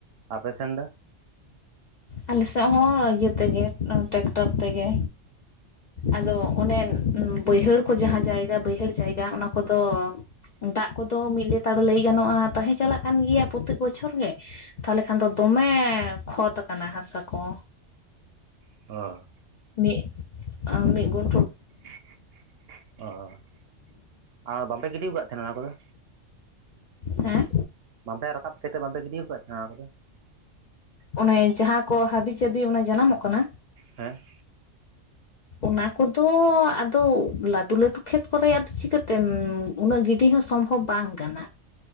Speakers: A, on the right; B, on the left.
A: ᱟᱯᱮ ᱥᱮᱱ ᱫᱚ?
B: ᱟᱞᱮ ᱥᱮᱫ ᱦᱚᱸ ᱤᱭᱟᱹ ᱛᱮᱜᱮ ᱴᱮᱠᱴᱚᱨ ᱛᱮᱜᱮ᱾ ᱟᱫᱚ ᱚᱱᱮ ᱵᱟᱹᱭᱦᱟᱹᱲ ᱠᱚ ᱡᱟᱦᱟᱸ ᱡᱟᱭᱜᱟ ᱵᱟᱹᱭᱦᱟᱹᱲ ᱡᱟᱭᱜᱟ ᱚᱱᱟ ᱠᱚᱫᱚ ᱫᱟᱜ ᱠᱚᱫᱚ ᱢᱤᱫ ᱞᱮᱛᱟᱲ ᱞᱟᱹᱭ ᱜᱟᱱᱚᱜᱼᱟ ᱛᱟᱦᱮᱸ ᱪᱟᱞᱟᱜ ᱠᱟᱱ ᱜᱮᱭᱟ ᱯᱚᱨᱛᱮᱠ ᱵᱚᱪᱷᱚᱨ ᱜᱮ? ᱛᱟᱦᱚᱞᱮ ᱠᱷᱟᱱ ᱫᱚ ᱫᱚᱢᱮ ᱠᱷᱚᱛ ᱠᱟᱱᱟ ᱦᱟᱥᱟ ᱠᱚ?
A: <unintelligible>
B: ᱢᱤᱫ ᱢᱤᱫ ᱜᱩᱱ
A: ᱚ <unintelligible> ᱟᱨ ᱵᱟᱯᱮ ᱜᱤᱰᱤ ᱟᱠᱟᱫ ᱛᱟᱦᱮᱱᱟ ᱚᱱᱟ ᱠᱚᱫᱚ?
B: ᱦᱮᱸ
A: ᱵᱟᱯᱮ ᱨᱟᱠᱟᱵ ᱠᱟᱛᱮᱫ ᱵᱟᱝ ᱯᱮ ᱜᱤᱰᱤ ᱟᱠᱟᱫ ᱛᱟᱦᱮᱱᱟ ᱚᱱᱟ ᱠᱚᱫᱚ?
B: ᱚᱱᱮ ᱡᱟᱦᱟᱸ ᱠᱚ ᱦᱟᱹᱵᱤ ᱡᱟᱹᱵᱤ ᱚᱱᱮ ᱡᱟᱱᱟᱢᱚᱜ ᱠᱟᱱᱟ
A: ᱦᱮᱸ
B: ᱚᱱᱟ ᱠᱚᱫᱚ ᱟᱫᱚ ᱞᱟᱹᱴᱩ ᱞᱟᱹᱴᱩ ᱠᱷᱮᱛ ᱠᱚᱨᱮᱭᱟᱜ ᱫᱚ ᱪᱤᱠᱟᱹᱛᱮᱢ ᱩᱱᱟᱹᱜ ᱜᱤᱰᱤ ᱦᱚᱸ ᱥᱚᱢᱵᱷᱚᱵᱽ ᱵᱟᱝ ᱠᱟᱱᱟ᱾